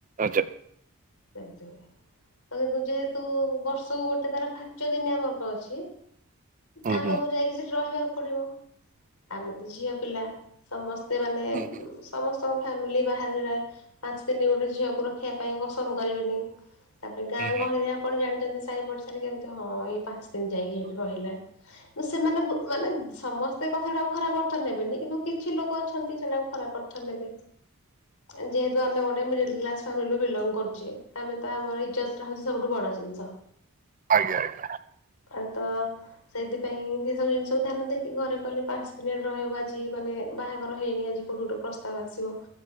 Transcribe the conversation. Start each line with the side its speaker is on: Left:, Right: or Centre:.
Right: ଆଚ୍ଛା।
Left: <unintelligible> ତ କିନ୍ତୁ ଯେହେତୁ ବର୍ଷକୁ ଗୋଟେ ତାର ପାଞ୍ଚ ଦିନିଆ ବର୍ଗ ଅଛି।
Right: ହୁଁ
Left: ଆମକୁ
Right: ହୁଁ।
Left: ଯାଇକି ସେଠି ରହିବାକୁ ପଡିବ ଆମେ ତ ଝିଅ ପିଲା ସମସ୍ତେ ମାନେ
Right: ହୁଁ
Left: ସମସ୍ତଙ୍କ ଫ୍ୟାମିଲି ବାହାରେ ପାଞ୍ଚ ଦିନି ଗୋଟେ ଝିଅକୁ ରଖିବା ପାଇଁ ପସନ୍ଦ କରିବେନି। ତାପରେ ଗାଁ
Right: ହୁଁ
Left: ଗହଳିରେ ଆପଣ ଜାଣିଛନ୍ତି ସାହି ପଡିଶାରେ କେମିତି ହଁ ଏଇ ପାଞ୍ଚ ଦିନ ଯାଇକି ହେଇଟି ରହିଲା। କିନ୍ତୁ ସେମାନେ ମାନେ ସମସ୍ତେ କଥାଟାକୁ ଖରାପ ଅର୍ଥ ନେବେନି କିନ୍ତୁ କିଛି ଲୋକ ଅଛନ୍ତି ସେଟାକୁ ଖରାପ ଅର୍ଥ ନେବେ, ଯେହେତୁ ଆମେ ଗୋଟେ ମିଡିଲ କ୍ଲାସ ଫ୍ୟାମିଲୀରୁ ବିଲଙ୍ଗ କରୁଛେ ଆମେ ତ ଆମର ଇଜତଟା ହଉଛି ସବୁଠୁ ବଡ ଜିନିଷ।
Right: ଆଜ୍ଞା ଆଜ୍ଞା।
Left: ଆଉ ତ ସେଇଥିପାଇଁ ସେସବୁ ଜିନିଷକୁ ଧ୍ୟାନ ଦେଇକି ଘରେ କହିଲେ ପାଞ୍ଚ ଦିନୀ ରହିବୁ ଆଜି ମାନେ ବାହାଘର ହେଇନି ଆଜି। କୋଉଟୁ ଗୋଟେ ପ୍ରସ୍ତାବ ଆସିବ।